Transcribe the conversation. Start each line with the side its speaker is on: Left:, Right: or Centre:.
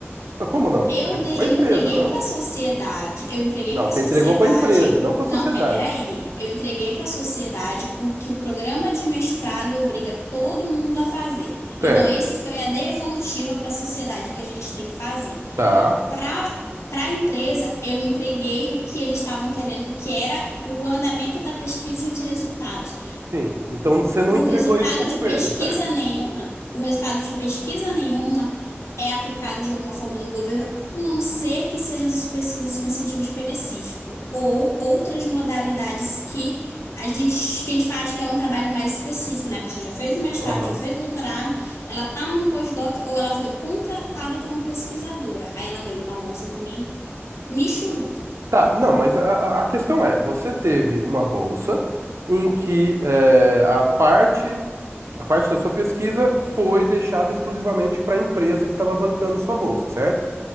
Right: Mas Como não?
Left: eu,
Right: Ficou
Left: de-
Right: para a
Left: eu
Right: empresa,
Left: entreguei
Right: não?
Left: para a sociedade, eu entreguei
Right: Não,
Left: para
Right: você
Left: a sociedade.
Right: entregou para a empresa, não para a sociedade.
Left: Não, peraí, eu entreguei para a sociedade o que o programa de mestrado obriga todo mundo a fazer.
Right: Certo,
Left: Então, esse foi a devolutiva para a sociedade que a gente tem que fazer.
Right: tá.
Left: Para para a empresa, eu entreguei o que eles estavam querendo, que era o andamento da pesquisa e os resultados.
Right: Sim. Então você não
Left: O
Right: entregou
Left: resultado
Right: isso para o
Left: de
Right: governo,
Left: pesquisa
Right: certo?
Left: nenhum, não, o resultado de pesquisa nenhuma é aplicado de alguma forma no governo, a não ser que sejam essas pesquisas com incentivo específico ou outras modalidades que a gente, que a gente faz que é um trabalho mais específico, né? A pessoa já fez o mestrado,
Right: Aham.
Left: já fez o doutorado, ela está num postdoc ou ela foi contratada como pesquisadora. Aí ela ganha uma bolsa também Michuruca,
Right: Tá, não, mas a, a a questão é, você teve uma bolsa em que eh, a parte, a parte da sua pesquisa foi deixada exclusivamente para a empresa que estava bancando sua bolsa, certo?